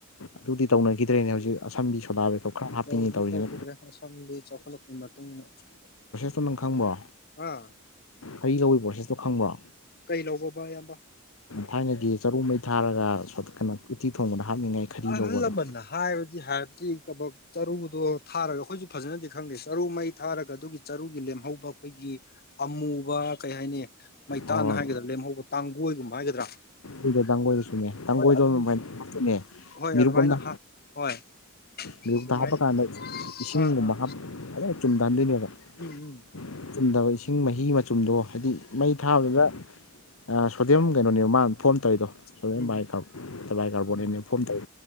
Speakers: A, on the left; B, on the left.
A: ꯑꯗꯨꯗꯤ ꯇꯧꯅꯈꯤꯗ꯭ꯔꯦꯅꯦ ꯍꯧꯖꯤꯛ ꯑꯁꯝꯕꯤ ꯁꯣꯗꯥꯕꯦꯄꯣ ꯈꯔ ꯍꯥꯞꯄꯤꯅꯤ
B: ꯇꯧꯗꯤ
A: ꯇꯧꯔꯤꯁꯤ
B: ꯇꯧꯈꯤꯗ꯭ꯔꯦ ꯑꯁꯝꯗꯤ ꯆꯥꯎꯈꯠꯂꯛꯄꯒꯤ ꯃꯇꯨꯡꯏꯟꯅ
A: ꯐꯪ ꯈꯪꯕ꯭ꯔꯣ
B: ꯑꯥ
A: ꯍꯩ ꯂꯧꯏ ꯄ꯭ꯔꯣꯁꯦꯁꯇꯣ ꯈꯪꯕ꯭ꯔꯣ
B: ꯀꯩ ꯂꯧꯕꯕ ꯏꯌꯥꯝꯕ
A: ꯊꯥꯏꯅꯒꯤ ꯆꯔꯨ ꯃꯩ ꯊꯥꯔꯒ ꯀꯩꯅꯣ ꯎꯇꯤ ꯊꯣꯡꯕꯗ ꯍꯥꯞꯅꯤꯡꯉꯥꯏ ꯈꯔꯤ
B: ꯑꯍꯜ
A: ꯂꯧꯕꯗꯣ
B: ꯂꯃꯟꯅ ꯍꯥꯏꯕꯗꯤ ꯍꯥꯏꯔꯕꯗꯤ ꯀꯕꯛ ꯇꯔꯨꯗꯣ ꯊꯥꯔꯒ ꯑꯩꯈꯣꯏꯁꯨ ꯐꯖꯅꯗꯤ ꯈꯪꯗꯦ ꯆꯔꯨ ꯃꯩ ꯊꯥꯔꯒ ꯑꯗꯨꯒꯤ ꯆꯔꯨꯒꯤ ꯂꯦꯝꯍꯧꯕ ꯑꯩꯈꯣꯏꯒꯤ ꯑꯃꯨꯕ ꯀꯩ ꯍꯥꯏꯅꯤ ꯃꯩꯇꯥꯟꯅ
A: ꯍꯣꯏ
B: ꯍꯥꯏꯒꯗ꯭ꯔꯥ ꯂꯦꯝꯍꯧꯕ ꯇꯥꯡꯒꯣꯏꯒꯨꯝꯕ ꯍꯥꯏꯒꯗ꯭ꯔꯥ
A: ꯏꯥꯡꯒꯣꯏꯗꯣ ꯁꯨꯝꯃꯦꯡꯒꯣꯏꯗꯣꯃꯦ
B: ꯍꯣꯏ ꯑꯗꯨꯝ ꯍꯣꯏ
A: ꯃꯤꯔꯨꯛ
B: ꯑꯗꯨꯃꯥꯏꯅ
A: ꯑꯝꯗ
B: ꯍꯥ ꯍꯣꯏ
A: ꯃꯤꯔꯨꯞꯛꯇ
B: ꯑꯗꯨꯃꯥꯏꯅ
A: ꯍꯥꯞꯄ ꯀꯥꯟꯗ ꯏꯁꯤꯡꯒꯨꯝꯕ
B: ꯑꯥ ꯑꯥ
A: ꯍꯥ ꯑ ꯆꯗꯥꯗꯤꯅꯤ
B: ꯎꯝ ꯎꯝ
A: ꯃ ꯆꯨꯝꯗꯕ ꯏꯁꯤꯡ ꯃꯍꯤ ꯃꯆꯨꯝꯗꯣ ꯍꯥꯏꯗꯤ ꯃꯩ ꯊꯥꯕꯗꯨꯗ ꯁꯣꯗꯤꯦꯝ ꯀꯩꯅꯣꯅꯦ ꯃꯥꯅ ꯐꯣꯟ ꯇꯧꯔꯤꯗꯣ
B: ꯎꯝ
A: ꯁꯗꯥꯏ ꯀꯥꯕꯥꯏ ꯀꯥꯔꯄꯣꯅꯦ
B: ꯎꯝ
A: ꯐꯣꯝ ꯇꯧ